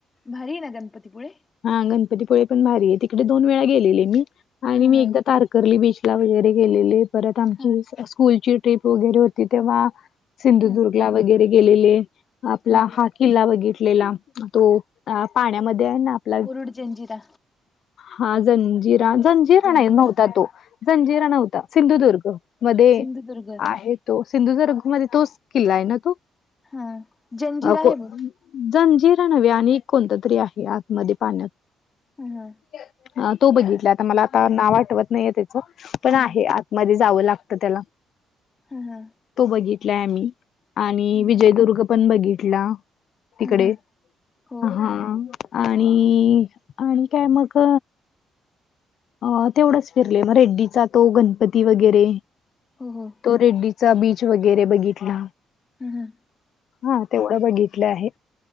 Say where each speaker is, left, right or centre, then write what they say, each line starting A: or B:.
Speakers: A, on the left; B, on the left.
A: भारी आहे ना गणपती पुुळेे
B: हा गणपतीपुळे पण भारी आहे तिकडे दोन वेळा गेलेले मी आणि
A: हा
B: मी
A: हा
B: एकदा तार कर्ली बीच ला वगैरे गेलेली परत आमची
A: हा
B: स्कूलची ट्रीप वगैरे होती तेव्हा सिंधुदुर्गला
A: हा
B: वगैरे गेलेले आपला
A: हो
B: हा किल्ला बघितलेला तो पाण्यामध्ये आहे ना आपला
A: मुरुड जंजिरा
B: हां जंजिरा जंजीरा
A: जंजिरा
B: नाही नव्हता तो जंजीरा नव्हता सिंधुदुर्ग मध्ये
A: सिंधुदुर्ग
B: आहे तो सिंधुदुर्ग मध्ये तोच किल्ला आहे ना तो,
A: हा जंजिरा
B: आ को
A: आहे बघ
B: जंजीरा नव्हे आणि एक कोणत तरी आहे आतमध्ये पाण्यात
A: हा हा
B: अ तो बघितला आता मला आता नाव आठवत नाहीये त्याच पण
A: हा
B: आहे
A: हा
B: आत मध्ये जावं लागतं त्याला
A: हा हा
B: तो बघितलाय आम्ही आणि
A: हा
B: विजयदुर्ग पण बघितला तिकडे
A: हा हा हो
B: हा आणि आणि काय मग? अ तेवढंच फिरले मग रेड्डीचा तो गणपती वगैरे
A: हो, हो
B: तो रेड्डीचा बीच वगैरे बघितला
A: हा हा
B: हा तेव्हा बघितलं आहे